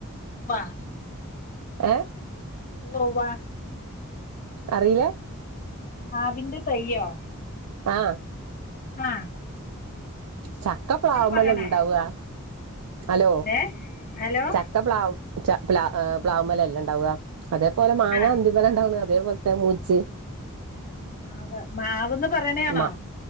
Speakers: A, on the left; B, on the right.
A: വാ
B: ഏ
A: ഉവ്വ് ഉവ്വാ
B: അറിയിലേ?.
A: മാവിന്റെ തയ്യോ?
B: ആ
A: ആ
B: ചക്ക പ്ലാവ്മ്മല്ലെണ്ടാവുക
A: പറയണേ
B: ഹലോ
A: ഏഹ് ഹലോ
B: ചക്ക പ്ലാവ് ച പ്ലാ ഏ പ്ലാവ്മലല്ലേണ്ടാവുക അതേപോലെ മാങ്ങ
A: ആഹ്
B: എന്തിമ്മലണ്ടാവ്ണ് അതേപോലത്തെ മൂച്ചി
A: മാവ് മാവന്ന് പറയണാണോ
B: മ